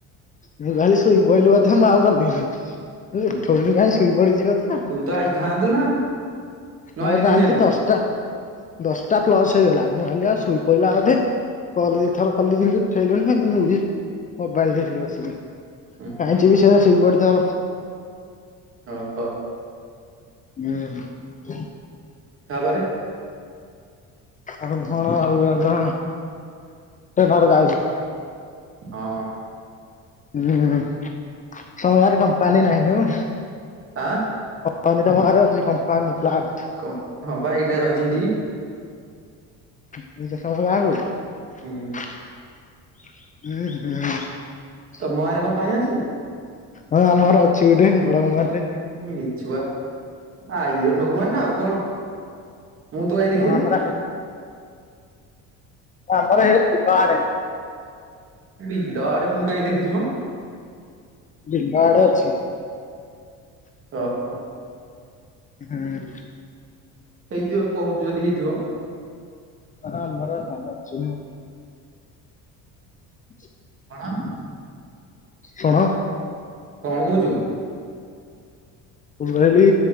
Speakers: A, on the left (about 25°); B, on the right (about 40°).
A: ମୁଁ ଗଲି ଶୋଇ ପଇଲୁ ବୋଧେ ମୁଁ ଆଉ ଗଲିନି ମୁଁ କଇଲି
B: ହୁଁ
A: ଉଠଉନି କାହିଁ ଶୋଇ ପଡିଛି ବୋଧେ ଆଉ।
B: ତୁ ଆଇଥାନ୍ତୁ ନା। ନଆଇଲେ
A: ମୁଁ ଆଉ
B: କେମିତି
A: ଜାଣିଛି
B: ଜାଣିବୁ
A: ଦଶଟା ଦଶଟା ପ୍ଲସ ହେଇଗଲା ମୁଁ ଭାବିଲି ଆଉ ଶୋଇ ପଡିଲା ବୋଧେ। କଲ ଦି ଥର କଲି ଯେମତି ଉଠେଇଲୁନି ସେଠୁ ମୁଁ ବି ମୋବାଇଲ ଦେଖିଲି ବସିକି।
B: ହୁଁ
A: କାଇଁ
B: ହୁଁ
A: ଯିବି ସଳା ଶୋଇ ପଡିଥିବ।
B: ଓହୋ।
A: ହୁଁ ହ
B: ତାପରେ।
A: ଆଉ କଣ ଆଉ ଭଲ <unintelligible>
B: ହଁ।
A: ହୁଁ ତମ ଗା କମ୍ପାନୀ ନାହିଁ ନୁ।
B: ଆ।
A: କମ୍ପାନି ତମ ଗାଁ ରେ ଅଛି କମ୍ପାନୀ ପ୍ଲାଣ୍ଟ।
B: କ ହଁ ବା ଏଇଟା ଯାଉଛି ହେଠିକି।
A: <unintelligible>
B: ହୁଁ ତମ ଗାଁ ରେ କମ୍ପାନି ଅଛି।
A: ହଁ ଆମର ଅଛି ଏଠି ବଡ଼ <unintelligible>
B: ଉଁ ମିଛୁଆ ଆଇରନ କମ୍ପାନି ‌ ନା ଆଉ କଣ ମୁଁ ତୁ କାଇଁ ଦେଖିନି।
A: ହଁ ଆମର ଆମର ସେଇଠ ପୀିତା ଆଡେ।
B: ବିିଲ ଆଡେ ମୁଁ କାଇହିଁ ଦେଖିଚି ମ।
A: ନିମ ଆଡେ ଅଛି।
B: ଓ ହୋ।
A: ହୁଁ।
B: ହେଇଥିବ କହୁଚୁ ଯଦି ହେଇଥିବ।
A: ହଁ ଆମର କାମ ଅଛିନା। <inaudible>
B: କଣ?
A: ଶୁଣ।
B: କଣ କହୁଚୁ?
A: ମୁଁ କହିଲି